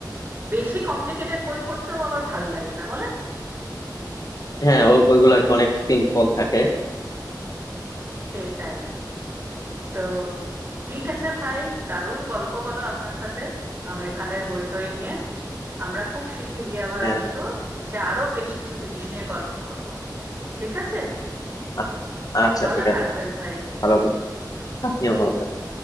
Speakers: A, on the right; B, on the left.
A: বেশি কমপ্লিকেটেড বই পড়তেও আবার ভাল লাগে না বলেন
B: হ্যাঁ ওর বইগুলো আর কি অনেক সিম্পল থাকে
A: সেটাই তো ঠিক আছে ভাই দারুণ গল্প হলো আপনার সাথে আমির খানের বইটই নিয়ে আমরা খুব শিগগিরই আবার
B: হ্যাঁ,
A: আসবো এসে আরো বেশ কিছু জিনিস নিয়ে গল্প করব ঠিক আছে
B: আ- আচ্ছা
A: ভালো
B: ঠিক আছে
A: থাকবেন ভাই
B: ভালো থাকুন আপনিও ভালো থাকুন